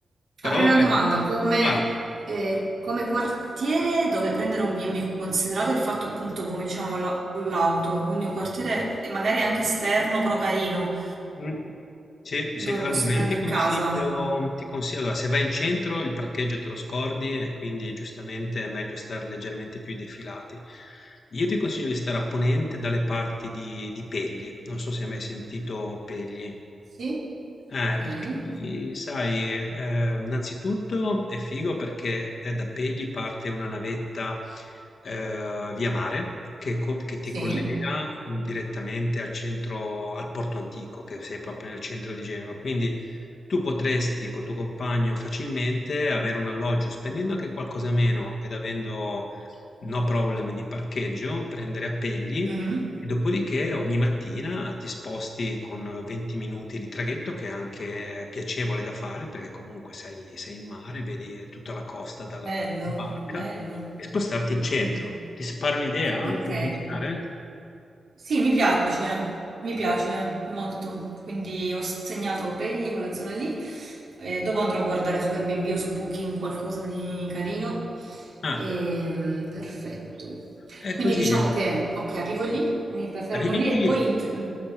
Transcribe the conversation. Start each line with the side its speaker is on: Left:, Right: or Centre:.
Left: Però
Right: avrei una
Left: ecco,
Right: domanda. Come,
Left: vai.
Right: eh, come quartiere dove prendere un B&B, considerato il fatto appunto, come diciamo, la- l'auto, quindi un quartiere eh, magari anche esterno, però carino,
Left: Mh. Sì,
Right: dove
Left: sì, allora
Right: posso prendere
Left: io ti consiglio
Right: casa?
Left: ti consi allora se vai in centro il parcheggio te lo scordi e quindi giustamente è meglio stare leggermente più defilati. Io ti consiglio di stare a ponente dalle parti di di Pegli, non so se hai mai sentito Pegli.
Right: Sì,
Left: Eh,
Right: ok,
Left: perché lì sai, ehm, innanzitutto è figo perché, eh, da Pegli parte una navetta eh, via mare che, co- che ti
Right: sì.
Left: collega direttamente al centro, al porto antico, che sei proprio nel centro di Genova. Quindi tu potresti col tuo compagno facilmente avere un alloggio spendendo anche qualcosa meno ed avendo no problem di parcheggio, prendere a pegli
Right: Mhm.
Left: e dopodiché ogni mattina ti sposti con 20 minuti di traghetto, che è anche piacevole da fare, perché comunque sei, sei in mare, vedi tutta la costa dalla,
Right: Bello,
Left: dalla barca,
Right: bello.
Left: e spostarti in centro.
Right: Mhm.
Left: Ti sparo un'idea?
Right: Ok,
Left: Può funzionare?
Right: sì, mi piace, mi piace molto. Quindi ho segnato Pegli, quella zona lì. E dopo andrò a guardare su Airbnb o su Booking qualcosa di carino.
Left: Ah,
Right: Ehm, perfetto.
Left: è
Right: Quindi
Left: così.
Right: diciamo che, ok, arrivo lì, mi fermo
Left: Arrivi
Right: lì
Left: lì,
Right: e poi in-